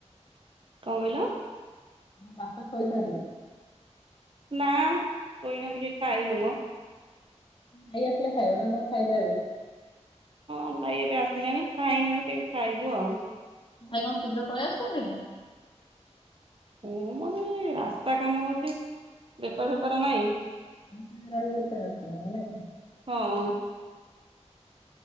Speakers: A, on the right; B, on the left.
A: କଣ କହିଲ?
B: ବାପା <unintelligible>
A: ନା <unintelligible> ଖାଇନୁ ମ
B: ଭାଇ ଆସିଲେ ଖାଇବ ନା ତମେ‌ ଖାଇଦବ ଆଗେ?
A: ହଁ ଭାଇ ଏବେ ଆସିଲେଣି ଖାଇ ନାହୁଁ କେହି ଖାଇବୁ ଆଉ।
B: ଭାଇ କଣ ଶୀଘ୍ର ପଳେଇ ଆସୁଛନ୍ତି କି?
A: ହୁଁ ମ ସେଇ ରାସ୍ତା କାମ ହଉଛି ବେପାର ଫେପାର ନାଇଁ
B: <unintelligible>
A: ହଁ।